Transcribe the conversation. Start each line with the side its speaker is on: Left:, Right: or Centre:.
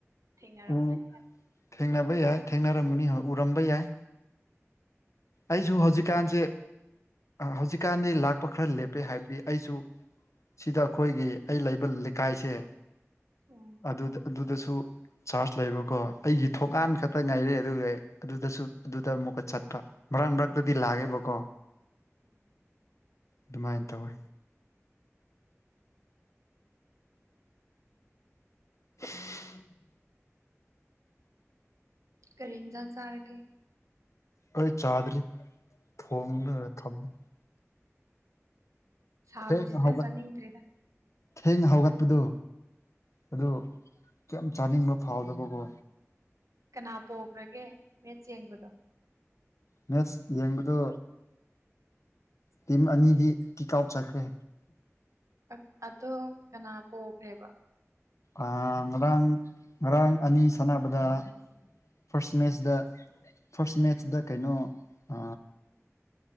Right: ꯊꯦꯡꯅꯔꯝꯒꯅꯤ
Left: ꯎ
Right: ꯍꯥꯏꯕ
Left: ꯊꯦꯡꯅꯕ ꯌꯥꯏ ꯊꯦꯡꯅꯔꯝꯒꯅꯤ ꯎꯔꯝꯕ ꯌꯥꯏ ꯑꯩꯁꯨ ꯍꯧꯖꯤꯛꯀꯥꯟꯁꯦ ꯍꯧꯖꯤꯛꯀꯥꯟꯗꯤ ꯂꯥꯛꯄ ꯈꯔ ꯂꯦꯞꯄꯦ ꯍꯥꯏꯕꯗꯤ ꯑꯩꯁꯨ ꯁꯤꯗ ꯑꯩꯈꯣꯏꯒꯤ ꯑꯩ ꯂꯩꯕ ꯂꯩꯀꯥꯏꯁꯦ
Right: ꯑꯣ
Left: ꯑꯗꯨꯗ ꯑꯗꯨꯗꯁꯨ ꯆꯔ꯭ꯆ ꯂꯩꯕꯀꯣ ꯑꯩꯒꯤ ꯊꯣꯡꯒꯥꯟ ꯈꯛꯇ ꯉꯥꯏꯔꯦ ꯑꯗꯨꯒ ꯑꯗꯨꯗꯁꯨ ꯑꯗꯨꯗ ꯑꯃꯨꯛꯀ ꯆꯠꯄ ꯃꯔꯛ ꯃꯔꯛꯇꯗꯤ ꯂꯥꯛꯑꯦꯕꯀꯣ
Right: <inaudible>
Left: ꯑꯗꯨꯃꯥꯏꯅ ꯇꯧꯋꯤ <unintelligible>
Right: ꯀꯔꯤ ꯏꯟꯖꯥꯡ ꯆꯔꯒꯦ
Left: ꯑꯩ ꯆꯥꯗ꯭ꯔꯤ ꯊꯣꯡꯔꯒ ꯊꯝꯃꯦ
Right: ꯁꯥꯕꯁꯤꯗ
Left: ꯊꯦꯡꯅ ꯍꯧꯒꯠ
Right: ꯆꯥꯅꯤꯡꯗ꯭ꯔꯦꯗ
Left: ꯊꯦꯡꯅ ꯍꯧꯒꯠꯄꯗꯨ ꯑꯗꯨ ꯀꯦꯝ ꯆꯥꯅꯤꯡꯕ ꯐꯥꯎꯗꯕꯀꯣ
Right: ꯀꯅꯥ ꯄꯣꯈ꯭ꯔꯒꯦ ꯃꯦꯁ ꯌꯦꯡꯕꯗꯣ
Left: ꯃꯦꯁ ꯌꯦꯡꯕꯗꯣ ꯇꯤꯝ ꯑꯅꯤꯗꯤ ꯀꯤꯛ ꯑꯥꯎꯠ ꯆꯠꯈ꯭ꯔꯦ
Right: ꯑ ꯑꯗꯣ ꯀꯅꯥ ꯄꯣꯈ꯭ꯔꯦꯕ
Left: ꯑ ꯉꯔꯥꯡ ꯉꯔꯥꯡ ꯑꯅꯤ ꯁꯥꯟꯅꯕꯗ ꯐꯥꯔ꯭ꯁ ꯃꯦꯁꯗ ꯐꯥꯔ꯭ꯁ ꯃꯦꯠꯆꯗ ꯀꯩꯅꯣ ꯑ